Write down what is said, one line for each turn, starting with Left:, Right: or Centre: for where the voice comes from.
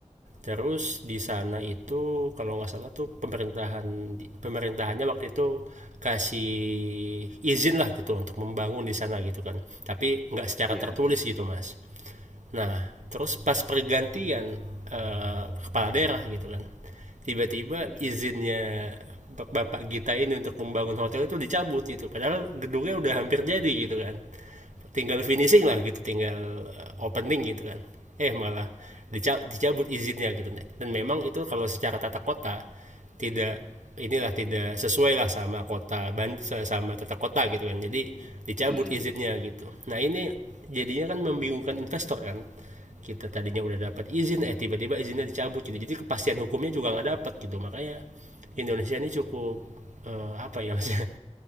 Right: Terus di sana itu kalau nggak salah tuh pemerintahan pemerintahannya waktu itu kasih izin lah gitu untuk membangun di sana gitu kan. Tapi nggak secara
Centre: iya
Right: tertulis gitu mas. Nah terus pas pergantian eh, kepala daerah gitu kan, tiba-tiba
Centre: iya,
Right: izinnya bapak Gita ini untuk membangun hotel itu dicabut gitu. Padahal gedungnya udah hampir jadi gitu kan tinggal finishing lah gitu tinggal eh, opening gitu kan eh malah dicabut izinnya gitu dan memang itu kalau secara tata kota tidak inilah tidak sesuai lah sama kota sama tata kota gitu kan jadi dicabut
Centre: mhm,
Right: izinnya gitu nah ini jadinya kan membingungkan investor kan kita tadinya udah dapat izin eh tiba-tiba izinnya dicabut gitu jadi kepastian hukumnya juga nggak dapat gitu makanya Indonesia ini cukup eh, apa ya <laughs> maksudnya